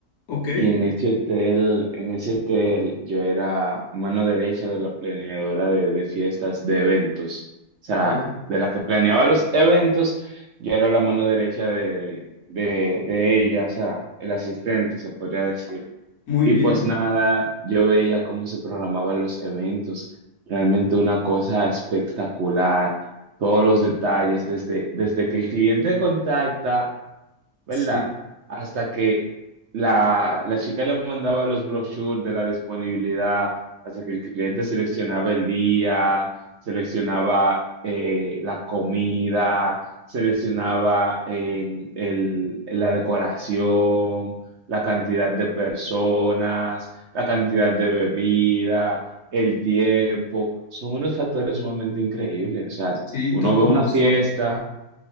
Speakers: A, on the left; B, on the right.
A: Ok,
B: Y en ese hotel, en ese hotel, yo era mano derecha de la planeadora de, de fiestas, de eventos. O sea,
A: oh,
B: de la que planeaba los eventos, yo era la mano derecha de, de, de ella, o sea, el asistente, se podría decir.
A: muy
B: Y
A: bien.
B: pues nada, yo veía cómo se programaban los eventos. Realmente una cosa espectacular. Todos los detalles, desde, desde que el cliente contacta ¿verdad?
A: Sí,
B: Hasta que la, la chica le mandaba los brochures de la disponibilidad, hasta que el cliente seleccionaba el día, seleccionaba eh, la comida, seleccionaba eh, el- la decoración, la cantidad de personas, la cantidad de bebida, el tiempo. Son unos factores sumamente increíbles. O sea,
A: sí,
B: uno
A: todos
B: ve una
A: los...
B: fiesta,